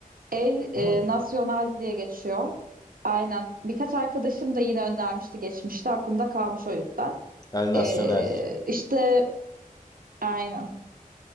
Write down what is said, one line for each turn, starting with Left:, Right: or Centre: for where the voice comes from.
Right: El e,
Left: Hmm.
Right: Nacional diye geçiyor. Aynen. Birkaç arkadaşım da yine önermişti geçmişte. Aklımda kalmış o yüzden.
Left: El Nacional.
Right: E, işte aynen.